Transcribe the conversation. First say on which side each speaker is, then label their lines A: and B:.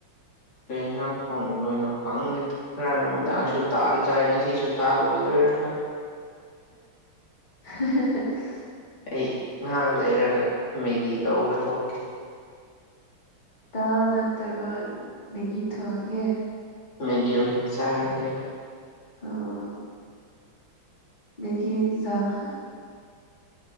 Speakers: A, on the left; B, on the left.
A: ꯀꯩ ꯌ‌ꯦꯟꯖꯥꯡ ꯊꯣꯡꯗꯣꯏꯅꯣ ꯈꯪꯗꯦ ꯉꯔꯥꯡ ꯅꯨꯃꯤꯗꯥꯡꯁꯨ ꯗꯥꯜ ꯆꯥꯏ ꯉꯁꯤꯁꯨ ꯗꯥꯥꯜ ꯑꯣꯏꯗꯣꯏꯔꯥ ꯈꯪ
B: <unintelligible>
A: ꯑꯩ ꯉꯍꯥꯛ ꯂꯩꯔꯒ ꯃꯦꯒꯤ ꯂꯧꯕ ꯊꯣꯛꯀꯦ
B: ꯗꯥꯜ ꯅꯠꯇꯒ ꯃꯦꯒꯤ ꯊꯣꯡꯉꯒ‌ꯦ
A: ꯃꯦꯒꯤ ꯑꯣꯏꯅ ꯆꯥꯔꯒ‌ꯦ
B: ꯑꯣ ꯃ‌ꯦꯒꯤ ꯏꯟꯖꯥꯡ